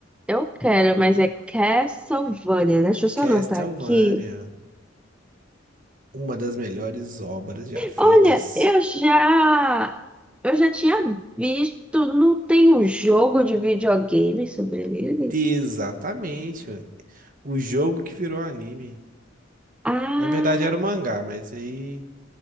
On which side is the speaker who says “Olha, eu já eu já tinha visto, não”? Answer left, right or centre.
Centre